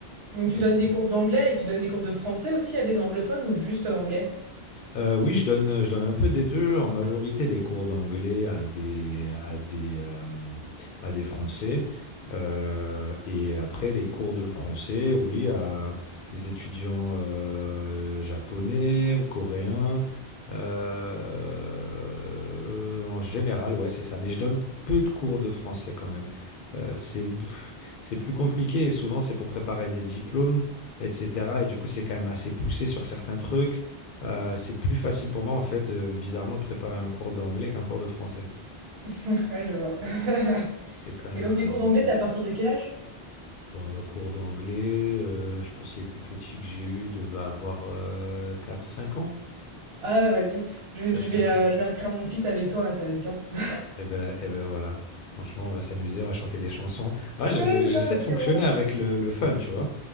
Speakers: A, on the right; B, on the left.
A: Donc
B: Ça
A: tu donnes
B: se...
A: des cours d'anglais et tu donnes des cours de français aussi à des anglophones ou juste anglais?
B: Heu, oui, je donne, je donne un peu des 2. en majorité des cours d'anglais à des à des, hem, à des Français, heu et après les cours de français, oui, à des étudiants, heu, japonais ou coréens, heu, en général, ouais, c'est ça. Mais je donne peu de cours de français quand même. Heu, c'est pff, c'est plus compliqué et souvent c'est pour préparer des diplômes et cetera et du coup, c'est quand même assez poussé sur certains trucs. Euh, c'est plus facile pour moi, en fait, euh, bizarrement, de préparer un cours d'anglais qu'un cours de français.
A: <laughs> Ouais, je vois <laughs>
B: C'est quand
A: et
B: même
A: donc les cours d'anglais, c'est à partir de quel âge?
B: un cours d'anglais. euh, je pense que les plus petits que j'ai eus devaient avoir euh, 4-5 ans.
A: Ah, ouais, vas-y, je vais
B: Quatre,
A: je vais,
B: cinq
A: heu,
B: ans.
A: je vais inscrire mon fils avec toi là, ça va être bien. <laughs>
B: Et ben, et ben voilà. Franchement, on va s'amuser, on va chanter des chansons. Ouais, je-
A: Ouais, c'est
B: j'essaie
A: ça, parce
B: de fonctionner
A: que bon
B: avec le, le fun, tu vois.